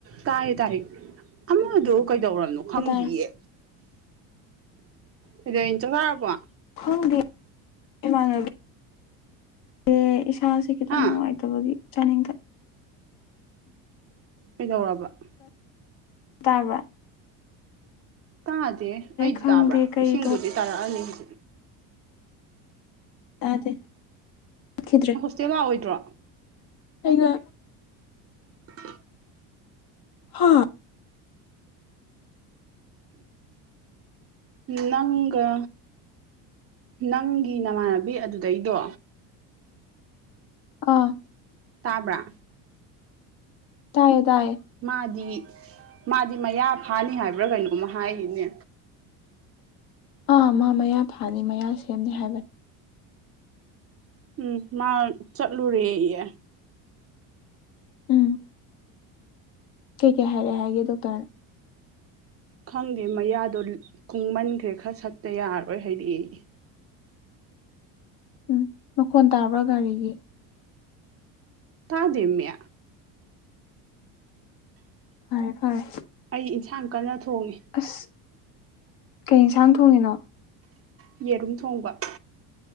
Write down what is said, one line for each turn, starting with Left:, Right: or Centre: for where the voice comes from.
Right: ꯇꯥꯔꯦ ꯇꯥꯔꯤ ꯑꯃꯗ ꯀꯩꯗꯧꯔꯕꯅꯣ ꯈꯪꯗ꯭ꯌꯦ
Left: ꯍꯥꯏꯇꯥꯔꯦ
Right: ꯑꯗꯨꯗ ꯏꯇ ꯇꯥꯔꯕꯣ
Left: ꯈꯪꯗꯤ ꯏꯃꯥꯟꯅꯕꯤ ꯑꯦ ꯏꯁꯥꯁꯦ ꯈꯤꯇꯪ
Right: ꯍꯥ
Left: ꯅꯨꯡꯉꯥꯏꯇꯕꯒꯤ ꯆꯅꯤꯡ
Right: ꯀꯩꯗꯧꯔꯕ
Left: ꯇꯥꯕ꯭ꯔ
Right: ꯇꯥꯗꯦ ꯑꯩꯗꯤ
Left: ꯈꯪꯗꯦ
Right: ꯇꯥꯕ꯭ꯔꯥ
Left: ꯀꯔꯤ
Right: ꯏꯁꯤꯡꯗꯨꯗꯤ ꯇꯥꯔꯛꯑꯅꯤ ꯍꯧꯖꯤꯛꯇꯛꯤ
Left: ꯑꯗꯦ ꯀꯠꯈꯤꯗ꯭ꯔꯦ
Right: ꯆꯦ ꯂꯥꯛꯑꯣꯏꯗ꯭ꯔꯣ
Left: ꯑꯩꯒ
Right: <inaudible>
Left: ꯍꯥ
Right: ꯅꯪꯒ ꯅꯪꯒꯤ ꯅꯃꯥꯟꯅꯕꯤ ꯑꯗꯨꯗꯩꯗꯣ
Left: ꯑꯥ
Right: ꯇꯥꯕ꯭ꯔꯥ
Left: ꯇꯥꯏꯌꯦ ꯇꯥꯏꯌꯦ
Right: ꯃꯥꯗꯤ ꯃꯥꯗꯤ ꯃꯌꯥ ꯐꯥꯅꯤ ꯍꯥꯏꯕ꯭ꯔꯥ ꯀꯩꯅꯣꯝꯃ ꯍꯥꯏꯔꯤꯅꯦ
Left: ꯑꯥ ꯃꯥ ꯃꯌꯥ ꯐꯥꯅꯤ ꯃꯌꯥ ꯁꯦꯝꯅꯤ ꯍꯥꯏꯕꯅꯤ
Right: ꯎꯝ ꯃꯥ ꯆꯠꯂꯨꯔꯦꯌꯦ
Left: ꯎꯝ ꯀꯩ ꯀꯩ ꯍꯥꯏꯔꯛꯑꯦ ꯍꯥꯏꯒꯦ ꯗꯣꯛꯇꯔꯅ
Right: ꯈꯪꯗꯦ ꯃꯌꯥꯗꯣ ꯀꯨꯡꯃꯟꯈ꯭ꯔꯦ ꯈꯔ ꯁꯠꯇ ꯌꯥꯔꯔꯣꯏ ꯍꯥꯏꯔꯛꯑꯦꯌꯦ
Left: ꯎꯝ ꯃꯈꯣꯟ ꯇꯥꯕ꯭ꯔꯥ ꯒꯥꯔꯤꯒꯤ
Right: ꯇꯥꯗꯦꯃꯦ
Left: ꯐꯔꯦ ꯐꯔꯦ
Right: ꯑꯩ ꯏꯟꯁꯥꯡ ꯀꯟꯅ ꯊꯣꯡꯉꯤ
Left: ꯑꯁ ꯀꯩ ꯌꯦꯟꯁꯥꯡ ꯊꯣꯡꯉꯤꯅꯣ
Right: ꯌꯦꯔꯨꯝ ꯊꯣꯡꯕ